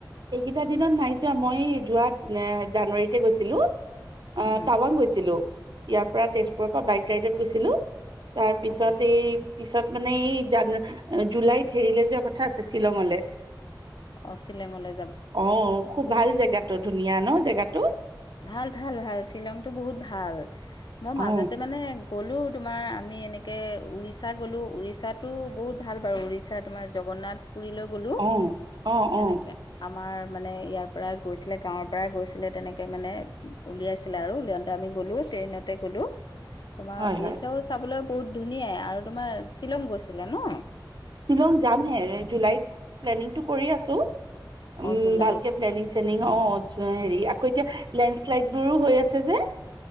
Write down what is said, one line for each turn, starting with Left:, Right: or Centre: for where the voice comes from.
Right: এইকেইটা দিনত নাই যোৱা। মই যোৱা জানুৱাৰীতে গৈছিলোঁ। অ',
Left: উম,
Right: টাৱাং গৈছিলোঁ। ইয়াৰ পৰা, তেজপুৰৰ পৰা বাইক ৰাইডত গৈছিলোঁ। তাৰ পিছত,
Left: অঁ
Right: এই পিছত মানে এই জানু জুলাইত হেৰিলে যোৱা কথা আছে, শ্বিলঙলে।
Left: অ', শ্বিলংলে
Right: অঁ খুব ভাল জেগাটো, ধুনীয়া ন জেগাটো?
Left: ভাল, ভাল, ভাল। শ্বিলংতটো বহুত ভাল, মও মাজতে
Right: অ
Left: মানে, গ'লোঁ তোমাৰ। আমি এনেকৈ উৰিষ্যা গ'লোঁ। উৰিষ্যাটো বহুত ভাল, বাৰু। উৰিষ্যা তোমাৰ জগন্নাথ। পুৰিলৈ গ'লো,
Right: অ অ
Left: তেনেকে
Right: অ
Left: আমাৰ মানে, ইয়াৰ পৰা গৈছিলে, গাঁৱৰ পৰাই গৈছিলে, তেনেকে। মানে উলিয়াইছিলে আৰু উলিয়াওঁতে আমি গ'লোঁ, ট্ৰেইনতে গ'লোঁ। তোমাৰ
Right: হয়
Left: উৰিষ্যাও
Right: হয়
Left: চাবলৈ বহুত ধুনীয়াই আৰু তোমাৰ শ্বিলং গৈছিলা ন।
Right: শ্বিলং যামহে, জুলাইত প্লেনিংটো কৰি আছোঁ। উম,
Left: অঁ জুলাইত
Right: ভালকে প্লেনিং শ্লেনিং, অঁ ইচ্ছা হেৰি অ' এতিয়া লেনশ্লাইড বোৰো হৈ আছে যে।